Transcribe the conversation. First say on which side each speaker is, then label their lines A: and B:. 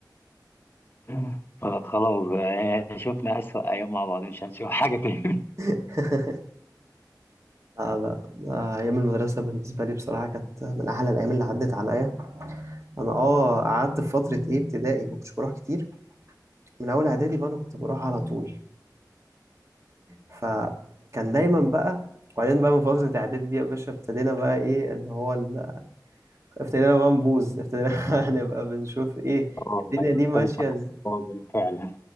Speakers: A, on the left (about 30°); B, on the right (about 45°).
A: <laughs> فخلاص بقى يعني شفنا أسوأ أيام مع بعض مش هنشوف حاجة تاني <laughs>
B: <laughs> لا لا لا، أيام المدرسة بالنسبة لي بصراحة كانت من أحلى الأيام اللي عدت عليا أنا أه قعدت في فترة إيه ابتدائي ما كنتش بروح كتير من أول إعدادي بقى أنا كنت بروح على طول فكان دايما بقى وبعدين بقى من فترة إعدادي دي يا باشا ابتدينا بقى إيه اللي هو ال... ابتدينا بقى نبوظ ابتدينا <laughs> نبقى بنشوف إيه
A: اه
B: الدنيا
A: ايوه
B: دي
A: ابتدت
B: ماشية
A: مع
B: إز...
A: بعض فعلا